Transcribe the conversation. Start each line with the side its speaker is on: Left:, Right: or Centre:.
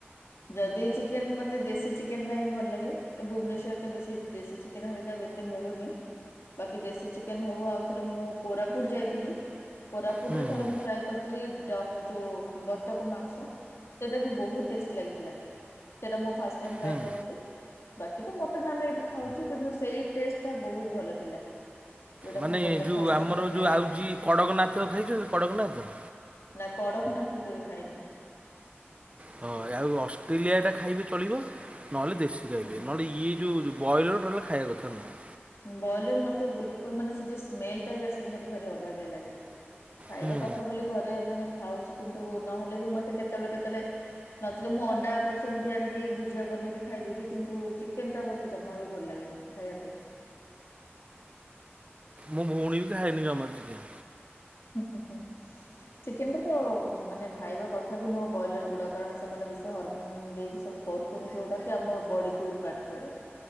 Left: ଯଦି ଚିକେନ ମତେ ଦେଶୀ ଚିକେନଟା ହିଁ ଭଲ ଲାଗେ ଭୁବନେଶ୍ୱରରେ ବେଶୀ ଦେଶୀ ଚିକେନ। ଚିକେନ ହେରିକା ବି ଏତେ ମିଳୁନି। ବାକି ଦେଶୀ ଚିକେନ ହଉ ଆଉ ଥରେ ମୁଁ କୋରାଫୁଟ ଯାଇଥିଲି କୋରାଫୁଟ
Right: ହୁଁ
Left: ରେ ଥରେ
Right: ହୁଁ
Left: ମୁଁ ଟ୍ରାଏ କରିଥି ଲି ଡକ୍ ଯେଉଁ ବତକ ମାଂସ। ସେଇଟା ବି ବହୁତ ଟେଷ୍ଟ ଲାଗିଥିଲା ସେଇଟା ମୁଁ ଫାଷ୍ଟ ଟାଇମ ଟ୍ରାଏ
Right: ହୁଁ
Left: କରିଥିଲି। ବାକି ତ ମଟନ୍ ଆମେ ଏଇଠି ଖାଉଛୁ କିନ୍ତୁ ସେଇ ଟେଷ୍ଟ ଟା ବହୁତ ଭଲ ଥିଲା। ଯେଉଁଟା
Right: ମାନେ
Left: ମୁଁ ବତକ
Right: ଯେଉଁ
Left: ଫାଷ୍ଟ
Right: ଆମର
Left: ଟାଇମ୍ ପାଇଁ ଟ୍ରାଏ
Right: ଯେଉଁ
Left: କରିଥିଲି
Right: ଆଉଚି କଡ଼କନାଥ ଖାଇଛନ୍ତି କଡ଼କନାଥ।
Left: ନା କଡ଼କନାଥ ବି ମୁଁ କେବେ ଖାଇନି।
Right: ହଁ ଆଉ ଅଷ୍ଟ୍ରେଲିଆଟା ଖାଇବେ ଚଳିବ ନହେଲେ ଦେଶୀ ଖାଇବେ
Left: ହୁଁ
Right: ନହେଲେ ଇଏ ଯେଉଁ। ବ୍ରଏଲର ଟୋଟାଲି ଖାଇବା କଥା ନୁହେଁ।
Left: ବ୍ରଏଲର ମତେ ବିଲକୁଲ ମାନେ ସେ ଯୋଉ ସ୍ମେଲ ଟା ବି ଆସେ ମତେ ଭାରି ଅବାଗିଆ ଲାଗେ। ଖାଇବା
Right: ହୁଁ
Left: କଥା ବୋଲି ଘରେ ମାନେ ଖାଉଛି କିନ୍ତୁ ନହେଲେ ବି ମତେ କେତେବେଳେ କେତେବେଳେ। ନଥିଲେ ମୁଁ ଅଣ୍ଡା ପଛେ ଏମିତି ଆଣିକି ଭୁଜିଆ ବନେଇକି ଖାଇଦେବି କିନ୍ତୁ ଚିକେନଟା ମୋତେ ଜମା ବି ଭଲ ଲାଗେନି। ଖାଇବା ପାଇଁ।
Right: ମୋ ଭଉଣୀ ବି ଖାଏନି ଜମାରୁ ଚିକେନ।
Left: ହୁଁ ହୁଁ ହୁଁ। ଚିକେନ ଟା ତ ମାନେ ଖାଇବା କଥା ବି ନୁହଁ ବ୍ରଏଲର ଗୁଡା କାରଣ ସେମାନେ ବେଶୀ ହରମୋନ ଦେଇକି। ଏ ସବୁ କରୁଛନ୍ତି ଯେଉଁଟାକି ଆମ ବଡ଼ିକୁ ଇମ୍ପାକ୍ଟ। କରେ